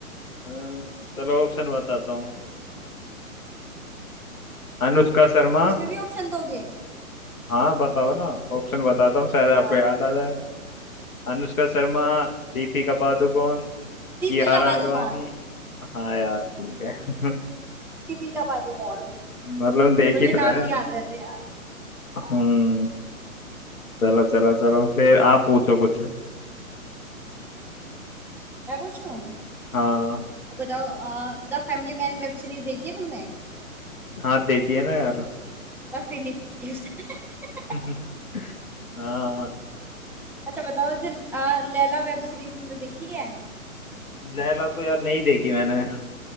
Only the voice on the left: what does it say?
अ, चलो ऑप्शन बताता हूँ अनुष्का शर्मा
हाँ बताओ ना ऑप्शन बताता हूँ शायद आपको
याद आ जाए अनुष्का शर्मा दीपिका पादुकोण
कियारा
आडवाणी हाँ यार ठीक है <laughs>
मतलब देखी
तो
है
हम्म चलो चलो चलो फिर आप पूछो कुछ
हाँ
हाँ देखिए ना यार
<laughs>
हाँ
लैला तो यार नहीं देखी मैंने